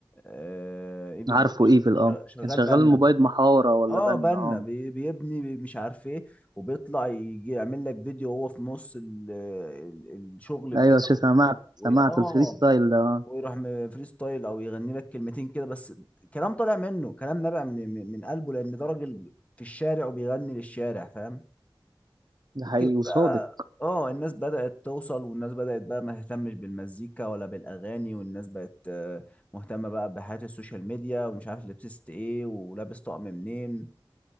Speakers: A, on the left (about 15°); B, on the right (about 50°).
A: آه، ايفل
B: عارفه
A: ده بيشت-
B: إيفل أه
A: شغال
B: كان شغال
A: بنا
B: موبايل محاورة ولا
A: اه
B: بنا
A: بنا
B: أه
A: بي- بيبني بي- مش عارف ايه وبيطلع يجي يعمل لك فيديو وهو في نص ال ال الشغل بتاعه
B: ايوه شو سمعت سمعت
A: و- اه
B: الفري ستايل ده آه،
A: ويروح م- فري ستايل او يغني لك كلمتين كده بس كلام طالع منه كلام نابع من من من قلبه لان ده راجل في الشارع وبيغني للشارع فاهم
B: ده
A: لكن
B: حقيقي وصادق
A: بقى اه الناس بدأت توصل والناس بدأت بقى ما تهتمش بالمزيكا ولا بالأغاني والناس بقت آه، مهتمة بقى بحياة السوشيال ميديا ومش عارف لبست ايه ولابس طقم منين